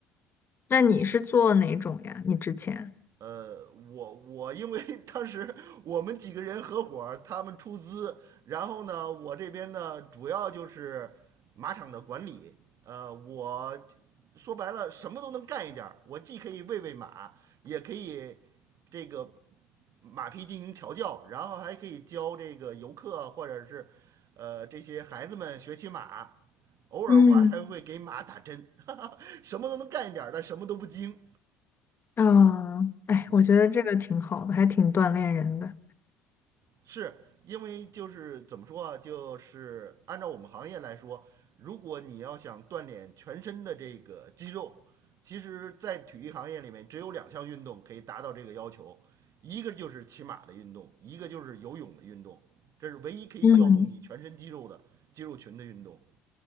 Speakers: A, on the left; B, on the right.
A: 那你是做哪种呀？你之前？
B: 呃，我我因为当时我们几个人合伙他们出资，然后呢，我这边呢主要就是马场的管理，呃，我说白了什么都能干一点我既可以喂喂马，也可以这个马匹进行调教，然后还可以教这个游客或者是呃这些孩子们学骑马，偶尔我还会给马打针，
A: 嗯
B: 哈哈，什么都能干一点儿，但什么都不精，
A: 啊，哎，
B: 嗯。
A: 我觉得这个挺好的，还挺锻炼人的。
B: 是因为就是怎么说啊，就是按照我们行业来说，如果你要想锻炼全身的这个肌肉，其实，在体育行业里面，只有两项运动可以达到这个要求，一个就是骑马的运动，一个就是游泳的运动，这是唯一可以调动你全身肌肉的肌肉群的运动。
A: 嗯，